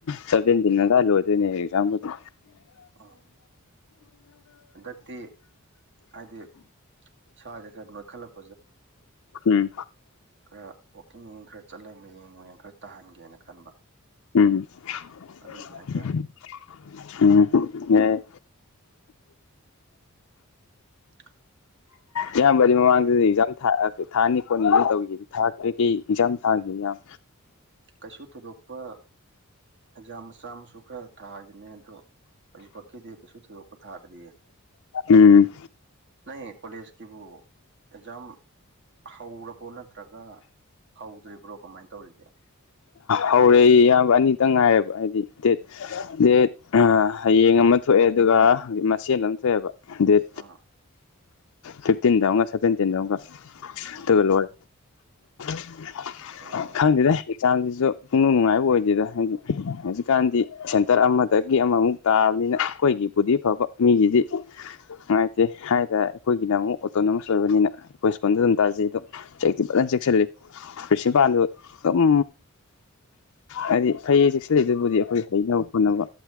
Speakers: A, on the left; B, on the right.
A: ꯁꯕꯦꯟꯇꯤꯟ ꯑꯗ꯭ꯋꯥꯏ ꯂꯣꯏꯗꯣꯏꯅꯦ ꯑꯦꯛꯖꯥꯝꯕꯨꯗꯤ
B: ꯑꯣ ꯍꯟꯗꯛꯇꯤ ꯍꯥꯏꯗꯤ ꯏꯁꯥꯁꯦ ꯈꯔ ꯅꯣꯏꯈꯠꯂꯛ
A: ꯎꯝ
B: ꯈꯔ ꯋꯥꯛꯀꯤꯡ ꯈꯔ ꯆꯠꯂꯒ ꯃꯌꯦꯡ ꯃꯌꯦꯡ ꯈꯔ ꯇꯥꯍꯟꯒꯦꯅ ꯈꯟꯕ
A: <unintelligible>
B: ꯑꯗꯨꯒꯤ ꯍꯥꯏꯇꯥꯔꯦ
A: ꯎꯝ ꯌꯥꯏ
B: ꯑ <unintelligible>
A: ꯏꯌꯥꯝꯕꯗꯤ ꯃꯃꯥꯡꯗꯗꯤ ꯑꯦꯛꯖꯥꯝ ꯊꯥ ꯑꯥ ꯊꯥꯅꯤ ꯈꯣꯠꯅꯤ ꯇꯧꯒꯤꯗꯨꯗꯤ ꯊꯥ ꯀꯩ ꯀꯩ ꯑꯦꯛꯖꯥꯝ ꯊꯥꯒꯦ ꯌꯥꯝ
B: ꯀꯩꯁꯨ ꯊꯣꯏꯗꯣꯛꯄ ꯑꯦꯛꯖꯥꯝ ꯃꯆꯥ ꯃꯁꯨ ꯈꯔ ꯊꯥꯒꯤꯝꯅꯦ ꯑꯗꯣ ꯍꯧꯖꯤꯛꯄꯥꯛꯀꯤꯗꯤ ꯀꯩꯁꯨ ꯊꯣꯏꯗꯣꯛꯄ ꯊꯥꯗ꯭ꯔꯤꯌꯦ
A: ꯎꯝ
B: ꯅꯩ ꯀꯣꯂꯦꯖ ꯀꯤꯕꯨ ꯑꯦꯖꯥꯝ ꯍꯧꯔꯕꯣ ꯅꯠꯇ꯭ꯔꯒ ꯍꯧꯗ꯭ꯔꯤꯕ꯭ꯔꯣ ꯀꯃꯥꯏ ꯇꯧꯔꯤꯒꯦ
A: ꯍꯧꯔꯦ ꯏ ꯏꯌꯥꯝꯕ ꯑꯅꯤꯇꯪ ꯉꯥꯏꯔꯦꯕ ꯍꯥꯏꯗꯤ ꯗꯦꯠ ꯗꯦꯠ ꯑꯥ ꯍꯌꯦꯡ ꯑꯃ ꯊꯣꯛꯑꯦ ꯑꯗꯨꯒ ꯍꯧ ꯃꯁꯦꯜ ꯑꯃ ꯊꯣꯛꯑꯦꯕ ꯗꯦꯠ
B: ꯑꯥ
A: ꯐꯤꯐꯇꯤꯟꯗ ꯑꯃꯒ ꯁꯚꯦꯟꯇꯤꯟꯗ ꯑꯝꯒ
B: ꯎꯝ
A: ꯑꯗꯨꯒ ꯂꯣꯏꯔꯦ <unintelligible>
B: ꯑꯣ
A: ꯈꯪꯗꯗꯦ ꯆꯥꯡꯖꯤꯖꯨ ꯄꯨꯛꯅꯨꯡ ꯅꯨꯡꯉꯥꯏꯕ ꯑꯣꯏꯗꯦꯗ ꯍꯥꯏꯗꯤ ꯍꯧꯖꯤꯛꯀꯥꯟꯗꯤ ꯁꯦꯟꯇꯔ ꯑꯃꯗꯒꯤ ꯑꯃꯃꯨꯛ ꯇꯥꯕꯅꯤꯅ ꯑꯩꯈꯣꯏꯒꯤꯕꯨꯗꯤ ꯐꯕ ꯃꯤꯒꯤꯗꯤ ꯅꯨꯡꯉꯥꯏꯇꯦ ꯍꯥꯏꯇ ꯑꯩꯈꯣꯏꯒꯤꯅ ꯑꯃꯨꯛ ꯑꯣꯇꯣꯅꯣꯃꯁ ꯑꯣꯏꯕꯅꯤꯅ ꯑꯩꯈꯣꯏ ꯁ꯭ꯀꯨꯜꯗ ꯑꯗꯨꯝ ꯇꯥꯖꯩꯗꯣ ꯆꯦꯛꯇꯤ ꯐꯖꯅ ꯆꯦꯛꯁꯤꯜꯂꯤ ꯄ꯭ꯔꯤꯁꯤꯄꯥꯟꯗꯨ ꯑꯗꯨꯝ ꯍꯥꯏꯗꯤ ꯐꯩꯌꯦ ꯆꯦꯛꯁꯤꯜꯂꯤꯗꯨꯕꯨꯗꯤ ꯑꯩꯈꯣꯏ ꯍꯩꯅꯕ ꯄꯨꯟꯅꯕ